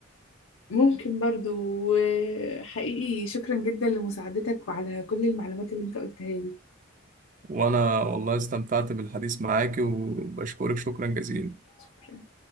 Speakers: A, on the left; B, on the right.
A: ممكن برضو وحقيقي شكرا جدا لمساعدتك وعلى كل المعلومات اللي انت قلتها لي
B: وأنا والله استمتعت بالحديث معاكي وبشكرك شكرا جزيلا
A: شكرا